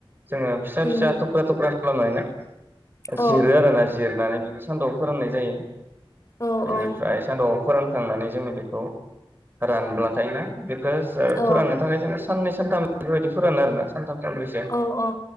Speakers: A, on the right; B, on the left.
A: जोङो फिसा
B: उम
A: फिसा थख्रा थख्रा खालामनो हायोना?
B: औ
A: जिरो आरो ना जिरनानै सान्दुआव फोराननाय जायो
B: औ
A: बिनिफ्राय
B: औ
A: सानदुआव फोरानखांनानै जोङो बे खौ रानब्लाथायना खोसफोराननो
B: औ
A: थाखाय जों साननै सानथाम बेफोरबायदि फोरानो आरोना सानथाम सानब्रैसो
B: औ औ